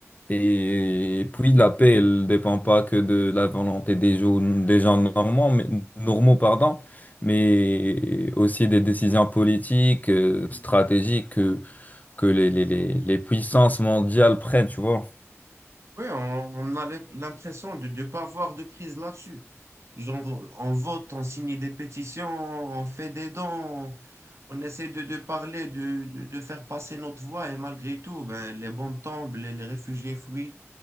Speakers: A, on the left; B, on the right.
A: Et puis la paix, elle ne dépend pas que de la volonté des gens, des gens normands, mais, normaux, pardon, mais aussi des décisions politiques, euh, stratégiques que, que les, les, les, les puissances mondiales prennent, tu vois.
B: Oui, on, on a l'im- l'impression de ne pas avoir de prise là-dessus. Genre, on vote, on signe des pétitions, on fait des dons, on, on essaie de, de parler, de, de, de faire passer notre voix, et malgré tout, ben, les bombes tombent, les, les réfugiés fuient,